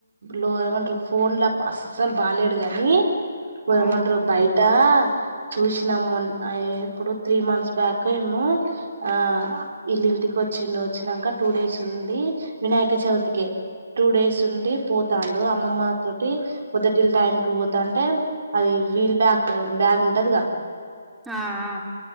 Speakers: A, on the right; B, in the centre.
A: లో ఏమంట్రూ ఫోన్లా అస్సలు బాలేడు గనీ
B: హ్మ్.
A: ఏమంట్రూ బయట్ ట చూసినము మొన్ ఆ ఎపుడు త్రీ మంత్స్ బ్యాకో ఏమో ఆ ఇళంటికి ఒచ్చిండు వచ్చినాక టూ డేస్ ఉంది వినాయక చవితికే టూ డేస్ ఉండి పోతాండు అమ్మమ్మ తొటి పొదటిల్ టైం కు పోతాంటే అది వీల్ బ్యాగ్ బ్యాగ్ ఉంటదిగా
B: ఆ ఆ